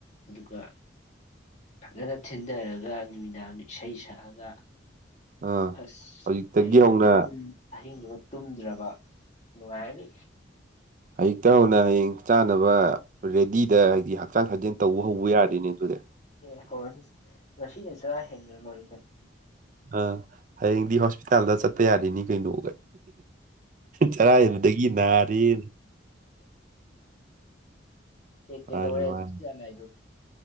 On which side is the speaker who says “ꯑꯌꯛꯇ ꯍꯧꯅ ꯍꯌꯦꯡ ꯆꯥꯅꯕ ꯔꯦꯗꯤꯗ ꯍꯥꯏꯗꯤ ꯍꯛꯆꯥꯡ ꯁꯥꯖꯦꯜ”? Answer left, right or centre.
Right